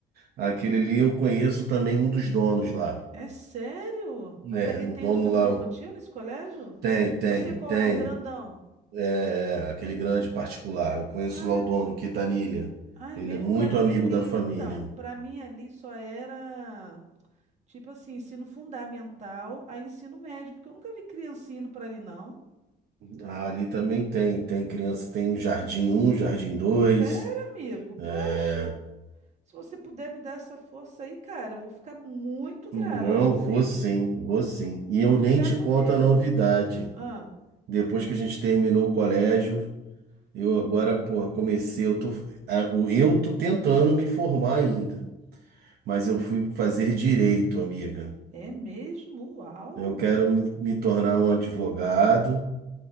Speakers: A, on the right; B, on the right.
A: Aquele ali eu conheço também um dos donos lá.
B: é sério? Mas
A: É,
B: ali
A: o
B: tem
A: dono
B: educação
A: lá
B: infantil
A: o-
B: nesse colégio?
A: tem,
B: Nesse-
A: tem,
B: Eu sei qual
A: tem.
B: é, um grandão.
A: É, aquele grande particular. Eu conheço
B: Ah,
A: lá o dono, Quintanilha.
B: ai,
A: Ele
B: mesmo,
A: é muito
B: para mim
A: amigo
B: ali.
A: da família.
B: Então, para mim ali só era tipo assim, ensino fundamental a ensino médio, porque eu nunca vi criancinha indo para ali, não.
A: Ah, Ali também tem, tem criança, tem o Jardim um Jardim dois
B: Sério, amigo? Poxa.
A: É...
B: Se você puder me dar essa força aí, cara, eu vou ficar muito grata
A: Não,
B: a você.
A: vou sim, vou sim. E
B: Muito
A: eu nem
B: grata
A: te conto
B: mesmo.
A: a novidade.
B: Ah,
A: Depois que a gente terminou o colégio, eu agora, porra, comecei, eu tô, ah, o- eu tô tentando me formar ainda, mas eu fui fazer direito, amiga.
B: é mesmo? Uau!
A: Eu quero me, me tornar um advogado.